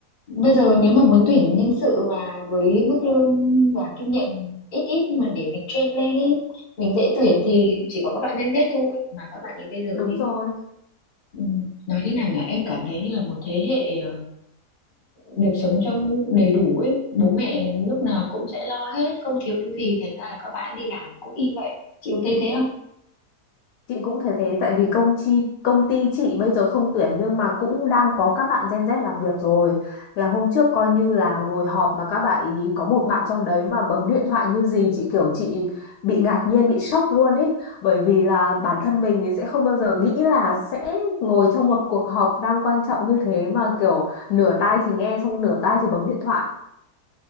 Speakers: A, on the left (about 35°); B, on the left (about 75°).
A: bây giờ nếu mà muốn tuyển nhân sự mà với mức lương và kinh nghiệm ít ít mà để mình train lên ấy mình dễ tuyển thì chỉ có các bạn Gen Z thôi mà các bạn ấy bây giờ
B: đúng
A: thì
B: rồi.
A: ừ, nói thế nào nhỉ em cảm thấy như là một thế hệ ờ, được sống trong đầy đủ ấy bố mẹ lúc nào cũng sẽ lo hết không thiếu thứ gì thành ra là các bạn đi làm cũng y vậy chị có thấy thế không
B: Chị cũng thấy thế tại vì công ty công ty chị bây giờ không tuyển nhưng mà cũng đang có các bạn Gen Z làm việc rồi. Là hôm trước coi như là ngồi họp mà các bạn ý có một bạn trong đấy mà bấm điện thoại như gì chị kiểu chị bị ngạc nhiên bị sốc luôn ý bởi vì là bản thân mình thì sẽ không bao giờ nghĩ là sẽ ngồi trong một cuộc họp đang quan trọng như thế mà kiểu nửa tai thì nghe xong nửa tai thì bấm điện thoại.